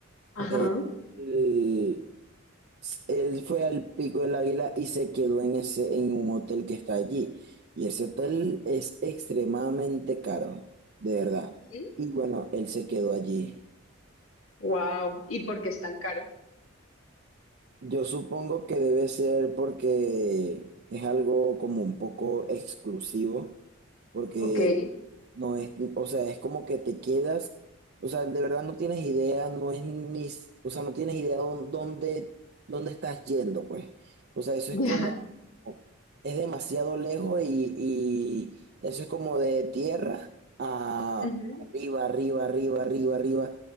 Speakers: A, on the left (about 80°); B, on the right (about 50°).
A: Ajá.
B: eh, él, él fue al Pico del Águila y se quedó en ese, en un hotel que está allí. Y ese hotel es extremadamente caro, de verdad.
A: ¿Así?
B: Y bueno, él se quedó allí.
A: Wow. ¿Y por qué es tan caro?
B: Yo supongo que debe ser porque es algo como un poco exclusivo, porque
A: Ok, <laughs>
B: no es, o sea, es como que te quedas, o sea, de verdad no tienes idea, no es ni, s- o sea, no tienes idea dó- dónde, dónde estás yendo, pues. O sea, eso
A: ya.
B: es como, es demasiado lejos y, y eso es como de tierra a
A: Ujú.
B: arriba, arriba, arriba, arriba, arriba.